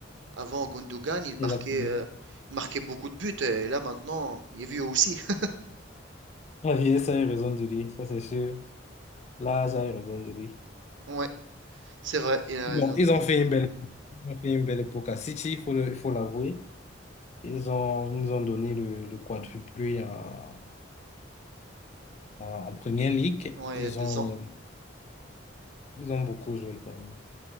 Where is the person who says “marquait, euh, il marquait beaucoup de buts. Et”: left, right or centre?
Right